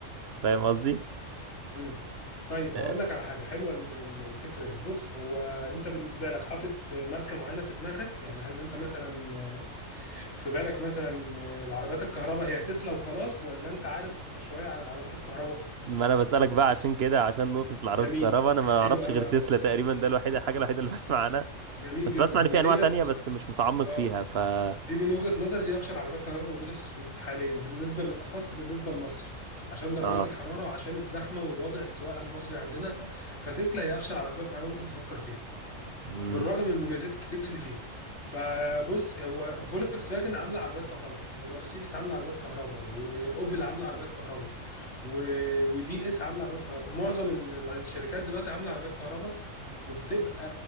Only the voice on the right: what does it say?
فاهم قصدي
آه،
ما أنا بسألك بقى عشان كده عشان نقطة العربيات
الكهرباء أنا ما
أعرفش
غير تسلا تقريبا ده الوحيد الحاجة الوحيدة اللي <laughs> بسمع عنها
بس
بسمع إن في
أنواع تانية بس مش متعمق
فيها ف
<laughs>
آه
امم